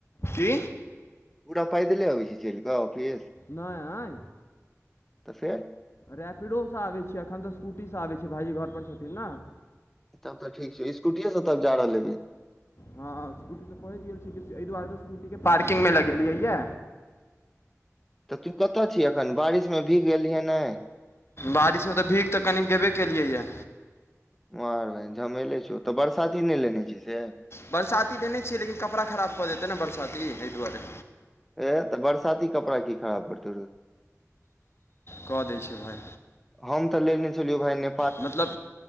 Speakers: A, on the left (about 50°); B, in the centre.
A: कि।
B: पूरा पइदले आबै अछि चल कऽ ऑफिस।
A: नै।
B: तऽ फेर?
A: रैपिडोसँ आबैत छियै एखन तऽ स्कूटी सऽ आबै छिय भाइजी घर पर छथिन ने
B: तब तऽ ठीक छै स्कूटीए से तब जा रहल लेबै।
A: हँ, स्कूटी से पहुँच गेल छै, एहि दुआरे त स्कूटीके पार्किंगमे लगेलियैयए।
B: तऽ तू कतऽ छी अखन बारिशमे भीग गेलियहे ने।
A: बारिशमे तऽ भीख तऽ कनि गेबे केलियै यऽ
B: मार बहिन झमेले छिय तऽ बरसाती नहि लेने छी से।
A: बरसाती लेने छियै लेकिन कपड़ा खराब कऽ देतै ने बरसाती एहि दुआरे।
B: ए तऽ बरसाती कपड़ा कि खराब कड़तौ रे।
A: कऽ दै छै, भाय।
B: हम तऽ लेने छलियै भाय ने।
A: मतलब।